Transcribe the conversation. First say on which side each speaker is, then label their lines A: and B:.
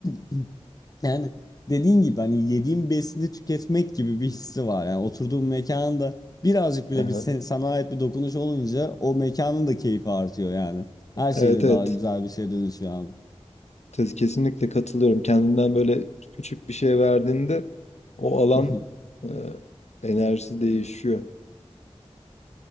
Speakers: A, on the left; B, on the left.
A: <clears throat> yani dediğin gibi hani yediğim besini tüketmek gibi bir hissi var. Yani oturduğum mekanda birazcık bile
B: aha.
A: bir sen- sana ait bir dokunuş olunca o mekanın da keyfi artıyor yani. Her
B: Evet
A: şeyle
B: evet.
A: daha güzel bir şey dönüşüyor abi.
B: Kes- Kesinlikle katılıyorum. Kendinden böyle küçük bir şey verdiğinde o alan
A: <laughs>
B: e, enerjisi değişiyor.